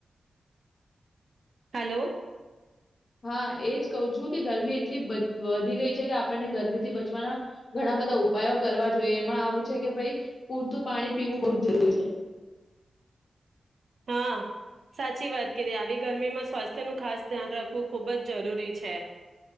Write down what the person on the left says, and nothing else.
હા, એજ કહું છું કે ગરમી એટલી બ વધી ગઈ છે કે આપણને ગરમી થી બચવાના ઘણા બધા ઉપાયો કરવા જોઈએ એમાં આવું છે કે ભઈ પૂરતું પાણી પીવું બહુ જ જરૂરી છે.